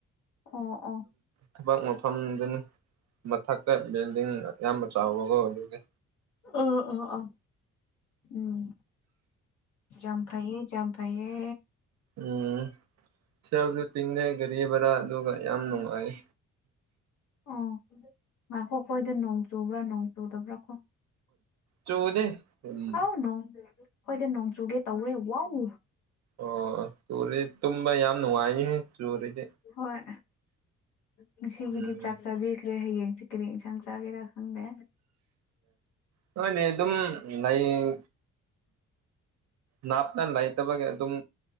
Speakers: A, on the left; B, on the right.
A: ꯑꯣꯑꯣ
B: ꯊꯕꯛ ꯃꯐꯝꯗꯨꯅꯤ ꯃꯊꯛꯇ ꯕꯤꯜꯗꯤꯡ ꯌꯥꯝꯅ ꯆꯥꯎꯕꯒ ꯑꯗꯨꯒꯤ
A: ꯑꯥ ꯑꯥꯥ ꯑꯥ ꯎꯝ ꯌꯥꯝ ꯐꯩꯌꯦ ꯌꯥꯝ ꯐꯩꯌꯦ
B: ꯎꯝ ꯁꯦꯜꯁꯨ ꯇꯤꯡꯗ‌ꯦ ꯒꯥꯔꯤ ꯚꯔꯥ ꯑꯗꯨꯒ ꯌꯥꯝ ꯅꯨꯡꯉꯥꯏꯌ‌ꯦ
A: ꯑꯣ ꯉꯥꯛꯈꫭ ꯑꯩꯈꯣꯏꯗ ꯅꯣꯡ ꯆꯨꯕ꯭ꯔꯥ ꯅꯣꯡ ꯆꯨꯗꯕ꯭ꯔꯥ ꯀꯣ
B: ꯆꯨꯗꯦ ꯎꯝ
A: ꯑꯥ ꯅꯣꯡ ꯈꫭꯏꯗꯤ ꯅꯣꯡꯆꯨꯒꯦ ꯇꯧꫪ‌ꯦ ꯋꯥꯎ
B: ꯑꯣ ꯆꯨꯔꯤ ꯇꯨꯝꯕ ꯌꯥꯝ ꯅꯨꯡꯉꯥꯏꯅꯤꯍ‌ꯦ ꯆꯨꯔꯗꯤ
A: ꯍꯣꯏ ꯉꯁꯤꯒꯤꯗꯤ
B: ꯎꯝ
A: ꯆꯥꯛ ꯆꯥꯕꯤꯈ꯭ꯔꯦ ꯍꯌꯦꯡꯁꯦ ꯀꯔꯤ ꯏꯟꯁꯥꯡ ꯆꯥꯒꯦꯔꯥ ꯈꯪꯗꯦ
B: ꯅꫭꯏꯗꯤ ꯑꯗꯨꯝ ꯍꯌꯦꯡ ꯅꯥꯞꯅ ꯂꯩꯇꯕꯒꯤ ꯑꯗꯨꯝ